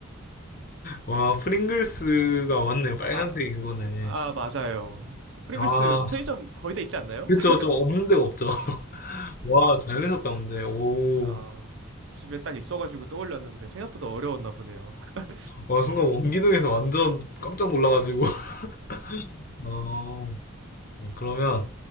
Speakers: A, on the left (about 45°); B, on the right (about 65°).
A: 와, 프링글스가 맞네요. 빨간색이
B: 아,
A: 그거네.
B: 아, 맞아요. 프링글스
A: 아,
B: 편의점 거의 다 있지 않나요?
A: 그쵸.
B: <laughs>
A: 좀 없는 데가 없죠. <laughs> 와, 잘 내셨다, 문제. 오.
B: 아, 집에 딱 있어가지고 떠올렸는데, 생각보다 어려웠나 보네요. <laughs>
A: 와, 순간 원기둥에서 완전 깜짝 놀라가지고. <laughs> 아, 음, 그러면